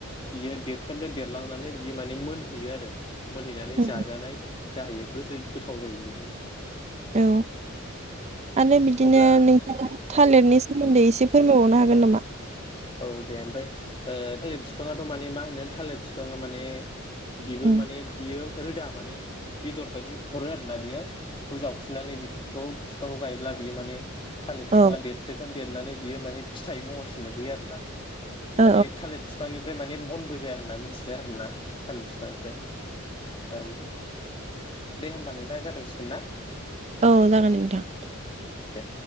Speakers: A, on the left; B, on the right.
A: बियो देरखोन्दो देरलांनानै बियो माने मोनहैयो आरो। मोनहैनानै
B: औ
A: जाजानाय जाहैयो। गोदै गोथाव जायो।
B: औ आरो बिदिनो
A: अब्ला
B: नोंथाङा
A: ओं
B: थालिरनि सोमोन्दै एसे फोरमायबावनो <unintelligible> हागोन नामा?
A: औ दे ओमफ्राय ओ थालिर फिफाङाथ' माने मा होनो थालिर फिफाङा माने बिबो
B: उम
A: माने बियो रोदा माने बेदर बायदि हरो आरोना बियो जावखुनानै बेखौ फिफांखौ गायोब्ला बियो माने थालिर
B: औ
A: फिफाङा देरदोखोन देर देरनानै बियो माने फिथाइ महरसिम मोनहैयो आरो <unintelligible> माने
B: औ
A: थालिर बिफांनि ओमफ्राय माने बनबो जाया होननानै मिथिदों आरोना थालिर फिफांनिफ्राय ओम दे होमबा नोंथाङा जाथ'सिगोन ना
B: औ जागोन नोंथां।
A: दे